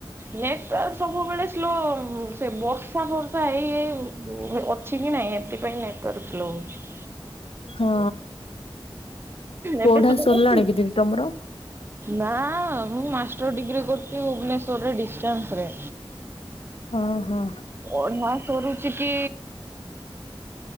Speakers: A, on the right; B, on the left.
A: ନେଟୱର୍କ ସବୁବେଳେ ସ୍ଲୋ ସେ ବର୍ଷା ଫର୍ଷା ହେଇ ହେଇ ଅ ଅଛି କି ନାଇଁ ଏଥିପାଇଁ ନେଟୱାର୍କ୍ ସ୍ଲୋ ହଉଛି।
B: ହଁ
A: ଏବେ
B: ପଢା
A: ସୁଧା
B: ସରିଲାଣି
A: କରୁଛି?
B: କି ଦିଦି ତମର?
A: ନା ମୁଁ ମାଷ୍ଟର ଡିଗ୍ରୀ କରୁଛି ଭୁବନେଶ୍ୱରରେ ଡିସ୍ଟାନ୍ସ୍ ରେ।
B: ହଁ ହଁ।
A: ପଢ଼ା ସରୁଛି କି?